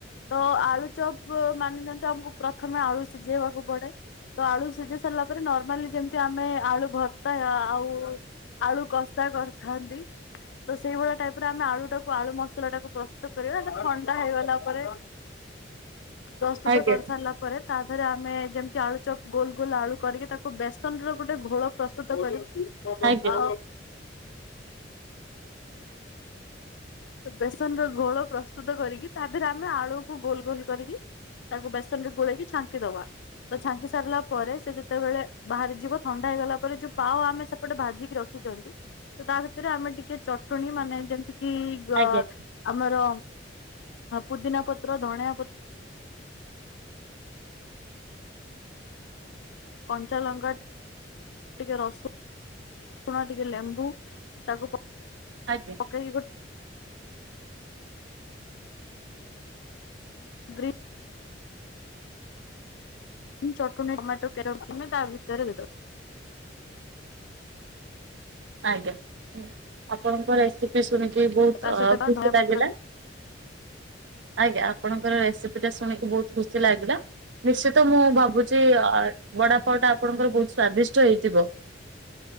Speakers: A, on the left; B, on the right.
A: ତ ଆଳୁ ଚପ୍ ତ ମାନି ନିଅନ୍ତୁ ଆମକୁ ପ୍ରଥମେ ଆଳୁ ସିଝେଇବାକୁ ପଡେ ତ ଆଳୁ ସିଝେଇ ସାରିଲା ପରେ ନରର୍ମାଲି ଯେମିତି ଆମେ ଆଳୁ ଭର୍ତ୍ତା ଆଉ ଆଳୁ କ କସା କରିଥାନ୍ତି। ତ ସେଇଭଳିଆ ଟାଇପ୍ ର ଆମେ ଆଳୁ ଟାକୁ ଆଳୁ ମସଲା ଟାକୁ ପ୍ରସ୍ତୁତ କରିବା ତ ଥଣ୍ଡା ହେଇଗଲା ପରେ ପ୍ରସ୍ତୁତ
B: ଆଜ୍ଞା
A: କରିସାରିଲା ପରେ ତା ଦେହରେ ଆମେ ଯେମିତି ଆଳୁ ଚପ୍ ଗୋଲ ଗୋଲ ଆଳୁ କରିକି ତାକୁ ବେସନ ର ଗୋଟେ ଘୋଳ ପ୍ରସ୍ତୁତ କରି
B: ଆଜ୍ଞା
A: ଆ ବେସନ ର ଗୋଳ ପ୍ରସ୍ତୁତ କରିକି ତା ଦେହରେ ଆମେ ଆଳୁ କୁ ଗୋଲ ଗୋଲ କରିକି ତାକୁୁ ବେସନରେ ଗୋଳିି କି ଛାଙ୍କିଦବା। ତ ଛାଙ୍କି ସାରିଲା ପରେ ସେ ଯେତେବେଳେ ବାହାରି ଯିବ ଥଣ୍ଡା ହେଇଗଲା ପରେ ଯୋଉ ପାଓ ଆମେ ଗୋଟେ ଭାଜିକି ରଖିଛନ୍ତି ତ ତା ଭିତରେ ଆମେ ଟିକେ ଚଟଣୀ ମାନେ ଯେମିତି କି
B: ଆଜ୍ଞା
A: ଆମର ପୁଦିନା ପତ୍ର ଧଣିଆ ପତ୍ର କଞ୍ଚାଲଙ୍କା ଟିକେ ରସୁଣୁଣ ଟିକେ ଲେମ୍ବୁ ତାକୁ ପ
B: ଆଜ୍ଞା।
A: ପକେଇବ ଗ୍ରୀନ ଚଟଣି ଟମାଟୋ କେଚପ୍ ଥିଲେ ତା ଭିତରେ ଦେଇଦବ।
B: ଆଜ୍ଞା ଆପଣଙ୍କ ରେସିପି ଶୁଣିକି ବହୁତ୍
A: ତା
B: ଖୁସି
A: ସହିତ ଧଣିଆ ପତ୍ର
B: ଲାଗିଲା। ଆଜ୍ଞା ଆପଣଙ୍କର ରେସିପି ଟା ଶୁଣିକି ବହୁତ୍ ଖୁସି ଲାଗିଲା। ନିଶ୍ଚିନ୍ତ ମୁଁ ଭାବୁଛି ବଡାପାଓ ଟା ଆପଣଙ୍କର ବହୁତ୍ ସ୍ଵାଦିଷ୍ଟ ହେଇଥିବ।